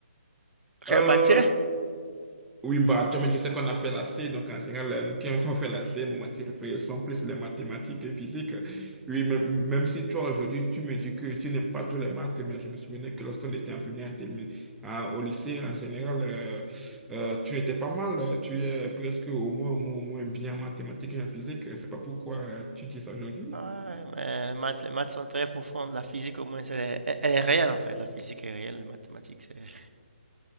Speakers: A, on the right; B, in the centre.
A: Quelle
B: Euh,
A: matière?
B: Oui, bah, toi, mais je sais qu'on a fait la C, donc en général, euh, nous qui avons fait la C, nos matières préférées sont plus les mathématiques et physique. Oui, même, même si toi, aujourd'hui, tu me dis que tu n'aimes pas tous les maths, mais je me souvenais que lorsqu'on était en première, en termi- en- au lycée, en général, euh, euh, tu étais pas mal, euh, tu es presque au moins, au moins, au moins bien en mathématiques et en physique. Je sais pas pourquoi euh, tu dis ça aujourd'hui.
A: Ouais, mais les maths, les maths sont très profondes. La physique, au moins, c'est- elle, elle est réelle, en fait. La physique est réelle, les mathématiques, c'est